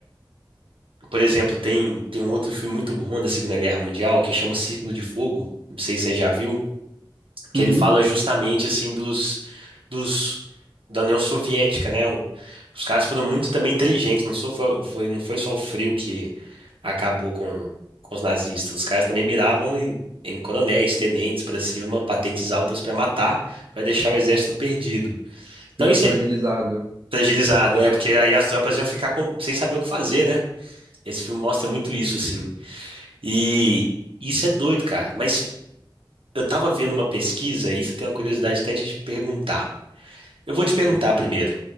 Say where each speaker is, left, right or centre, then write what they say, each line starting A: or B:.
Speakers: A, on the right (about 85°); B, on the right (about 50°).
A: Por exemplo, tem, tem um outro filme muito bom da Segunda Guerra Mundial que chama Círculo de Fogo. Não sei se você já viu, que
B: Uhum.
A: ele fala justamente assim dos, dos da União Soviética, né? O- os caras foram muito também inteligentes, não só foi, foi- não foi só o frio que acabou com, com os nazistas. Os caras também miravam em, em coronéis, tenentes para cima, patentes altas para matar, para deixar o exército perdido. Então
B: Fra-
A: isso
B: Fragilizado.
A: é fragilizado, é, porque aí as tropas iam ficar com- sem saber o que fazer, né? Esse filme mostra muito isso, assim. E isso é doido, cara. Mas eu tava vendo uma pesquisa, e isso eu tenho uma curiosidade até de te perguntar. Eu vou te perguntar
B: Uhum.
A: primeiro,